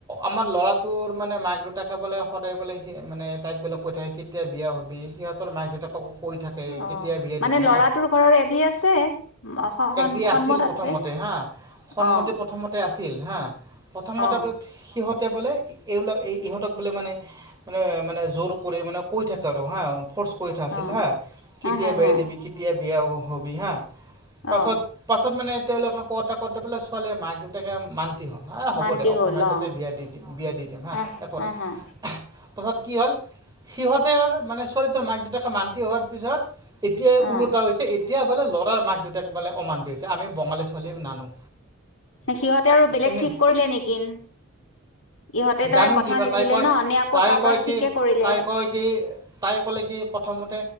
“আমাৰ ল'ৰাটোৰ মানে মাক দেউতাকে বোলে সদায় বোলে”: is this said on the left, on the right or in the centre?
Right